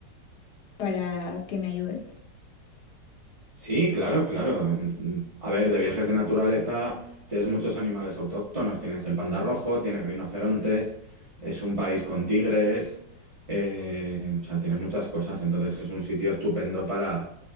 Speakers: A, on the left; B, on the right.
A: para que me ayudes.
B: Sí, claro, claro. Mm, A ver, de viajes de naturaleza tienes muchos animales autóctonos. Tienes el panda rojo, tienes rinocerontes, es un país con tigres, eh, o sea, tienes muchas cosas. Entonces es un sitio estupendo para,